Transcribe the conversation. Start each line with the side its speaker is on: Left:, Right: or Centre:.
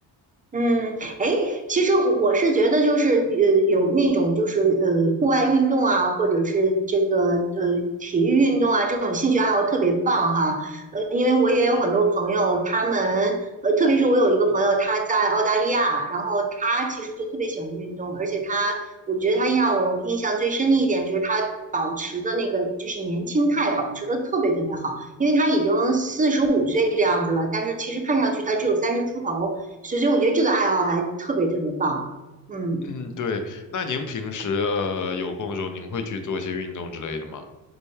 Right: 嗯，哎，其实我我是觉得，就是呃，有那种就是呃，户外运动啊，或者是这个呃，体育运动啊，这种兴趣爱好特别棒哈。呃，因为我也有很多朋友，他们呃，特别是我有一个朋友，他在澳大利亚，然后他其实就特别喜欢运动，而且他，我觉得他让我印象最深的一点就是他保持的那个就是年轻态保持的特别特别好，因为他已经四十五岁这样子了，但是其实看上去他只有三十出头。所以我觉得这个爱好还特别特别棒。嗯，
Left: 嗯，对。那您平时呃有空的时候，您会去做一些运动之类的吗？